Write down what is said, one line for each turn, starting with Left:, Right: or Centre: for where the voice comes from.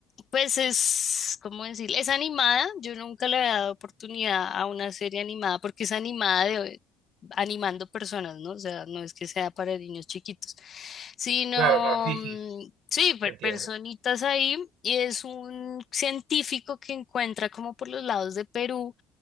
Left: Pues es, ¿cómo decir? Es animada. Yo nunca le había dado oportunidad a una serie animada porque es animada de animando personas, ¿no? O sea, no es que sea para niños chiquitos, sino,
Right: Claro, claro, sí,
Left: mm,
Right: sí, sí,
Left: sí, per-
Right: te entiendo.
Left: personitas ahí. Y es un científico que encuentra como por los lados de Perú